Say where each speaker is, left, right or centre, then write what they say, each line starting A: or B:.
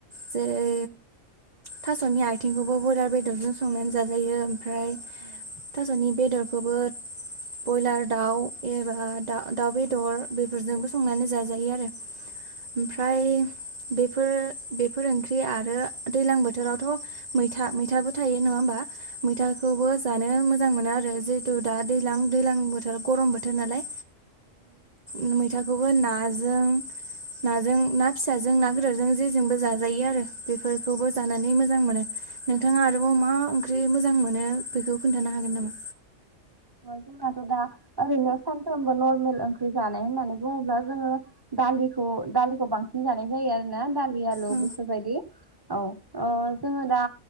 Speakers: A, on the right; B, on the right.
A: जेरै थास'नि आथिंखौबो हयदार बेदरजों संनानै जाजायो ओमफ्राय
B: औ
A: थास'नि बेदरखौबो ब्रयलार दाउ एबा दाउ बेदर बेफोरजोंबो संनानै जाजायो आरो ओमफ्राय बेफोर बेफोर ओंख्रि आरो दैज्लां बोथोरावथ' मैथा मैथाबो थायो नङा होमबा मैथाखौबो जानो मोजां मोनो आरो जिहेतु दा दै्लां दै्लां बोथोर बोथोर गरम बोथोर नालाय मै फिथाखौबो नाजों नाजों ना फिसाजों ना गदोरजों जेजोंबो जाजायो आरो बेफोरखौबो जानानै मोजां मोनो नोंथाङा आरोबाव मा ओंख्रि मोजां मोनो बेखौ खोन्थानो हागोन नामा
B: जनाााथ दा ओरैनो सानफ्रामोमबो नर्मेल ओंख्रि जानाय होननानै बुङोब्ला जोङो दालिखौ दालिखौ बांसिन जानाय जायो आरो ना दालि आलु
A: औ
B: बेफोरबायदि औ जोङो दा